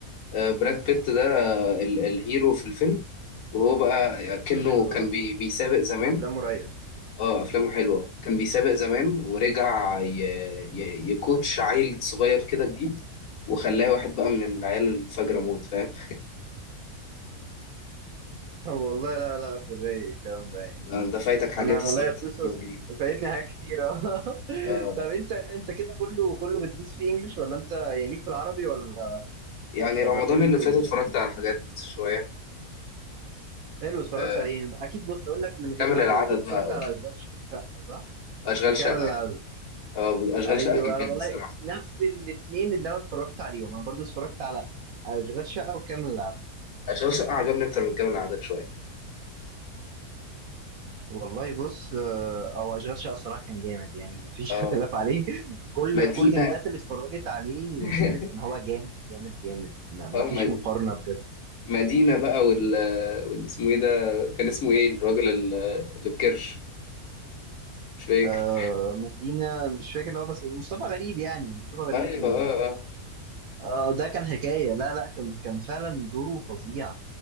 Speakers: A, on the left; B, on the right.
A: آه، براد بيت ده آه، ال- الهيرو في الفيلم وهو بقى كأنه
B: حلو
A: كان
B: ده
A: بي بيسابق زمان
B: افلامه رايقه
A: اه افلامه حلوه كان بيسابق زمان ورجع ي... ي... يكوتش عيل صغير كده جديد وخلاه واحد بقى من العيال الفجرة موت فاهم
B: <laughs> والله لا لا في الرايق الكلام ده يعني
A: <laughs> آه، انت فايتك حاجات
B: انا
A: الصراحه
B: والله قصص
A: في الافلام الجديده
B: فايتني حاجات كتيرة <laughs>
A: آه
B: طب انت انت كده كله كله بتدوس فيه انجلش ولا انت يعني ليك في العربي ولا
A: يعني
B: ولا
A: رمضان
B: كله
A: اللي فات اتفرجت على حاجات شويه
B: حلو اتفرجت
A: آه
B: عليه يعني اكيد بص اقول لك من غير
A: كامل
B: ما
A: العدد
B: تقول اكيد اتفرجت
A: بقى
B: على اشغال شقة صح
A: اشغال
B: وكامل
A: شقه
B: العدد
A: آه اشغال
B: ايوه
A: شقه كان
B: انا
A: حلو
B: والله
A: الصراحه
B: نفس الاثنين اللي انا اتفرجت عليهم انا برضو اتفرجت على اشغال شقة وكامل العدد
A: اشغال شقه عجبني اكتر من كامل العدد شويه
B: والله بص آه، هو اشغال شقه الصراحه كان جامد يعني مفيش
A: اه
B: <laughs> اختلاف عليه كل
A: مدينه
B: كل الناس اللي اتفرجت عليه
A: <laughs>
B: قالت ان هو جامد جامد جامد ما- مفيش
A: اه م-
B: مقارنه بجد
A: مدينة بقى وال وال- اسمه ايه ده كان اسمه ايه الراجل ال- اللي في كرش مش فاكر
B: آه مدينه مش فاكر اللي هو بس مصطفى غريب يعني مصطفى غريب
A: ايوه
B: و...
A: اه اه
B: آه ده كان حكايه لا لا كان كان فعلا دوره فظيع